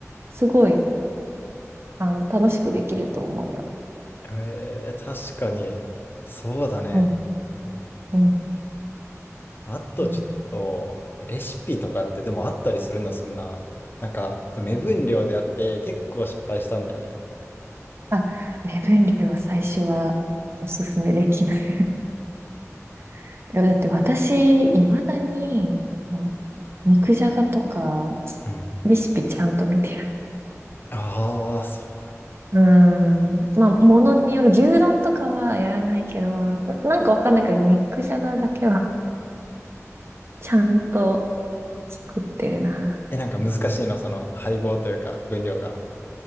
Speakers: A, on the right; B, on the left.
A: すごい、あの、楽しくできると思うよ。
B: えー、確かに。そうだね。
A: うん、
B: うん。
A: うん、
B: あとちょっと、
A: うん。
B: レシピとかってでもあったりするの、そんな。なんか、目分量でやって結構失敗したんだよね。
A: あ、目分量は最初はおすすめできない。<laughs> いやだって私、未だに、あの肉じゃがとか、
B: うん
A: レシピちゃんと見て
B: ああ、そうなんだ。
A: うーん。まあ、ものによる、牛丼とかはやらないけど、ななんかわかんないけど、肉じゃがだけは <laughs> ちゃんと作ってるな。
B: え、なんか難しいの、その配合というか分量が。